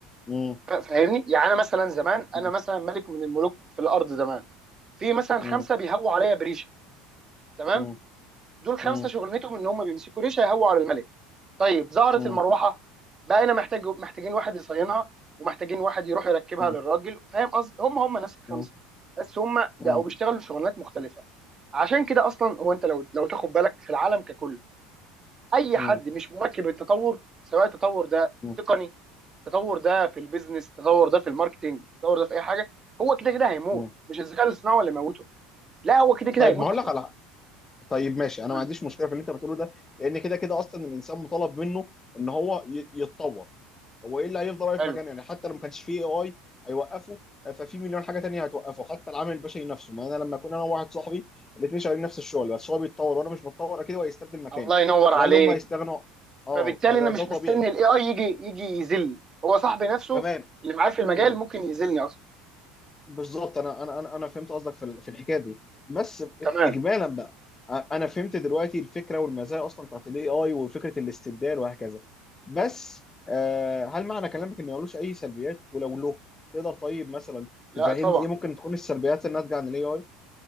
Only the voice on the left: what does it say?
مم.
مم.
مم.
مم.
مم.
مم.
مم.
مم.
مم.
مم.
مم.
مم.
طيب
ما اقول
لك على طيب ماشي انا
ما عنديش مشكله في اللي انت بتقوله ده لان كده كده اصلا الانسان مطالب منه ان هو ي- يتطور هو ايه اللي هيفضل واقف
مكانه يعني حتى لو ما كانش فيه اي اي هيوقفه ففي مليون حاجه تانية هتوقفه حتى العامل البشري نفسه ما انا لما اكون انا وواحد صاحبي الاثنين شغالين نفس الشغل بس هو بيتطور وانا مش بتطور اكيد هو هيستبدل مكاني
على
الاقل هم هيستغنوا اه
فده
ده
طبيعي
تمام
مم.
بالظبط انا انا انا أنا فهمت قصدك في ال- في الحكايه دي بس
اجمالا بقى انا فهمت دلوقتي الفكره والمزايا اصلا بتاعت الاي اي وفكره الاستبدال وهكذا بس آه، هل معنى كلامك ان ملوش اي سلبيات ولو له تقدر طيب مثلا
تفهمني
ايه ممكن تكون السلبيات الناتجه عن الاي اي